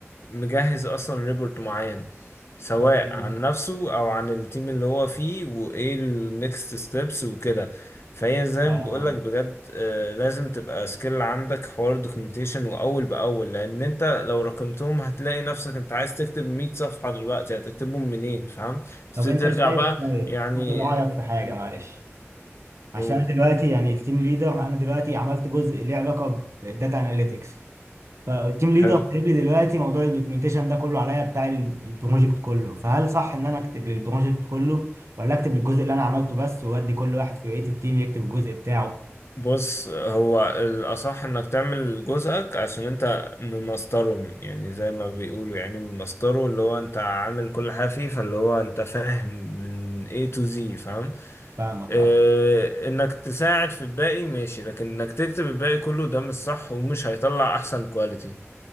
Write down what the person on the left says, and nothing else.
مجهز اصلا ريبورت معين سواء
عن نفسه او عن التيم اللي هو فيه وايه النكست ستيبس وكده فهي زي
ما بقولك بجد آه، لازم تبقى سكيل عندك حوار دوكيومنتيشن واول باول لان انت لو رقمتهم هتلاقي نفسك انت عايز تكتب 100 صفحة دلوقتي هتكتبهم منين فاهم تبتدي
ترجع
بقى
يعني
ال-
قول
حلو
بص هو الأصح إنك تعمل جزءك عشان أنت ممسطرهم يعني زي ما بيقولوا يعني ممسطره اللي هو أنت عامل كل حاجة فيه فاللي هو أنت فاهم من A to Z فاهم
اه
إنك تساعد في الباقي ماشي لكن إنك تكتب الباقي كله ده مش صح ومش هيطلع أحسن كواليتي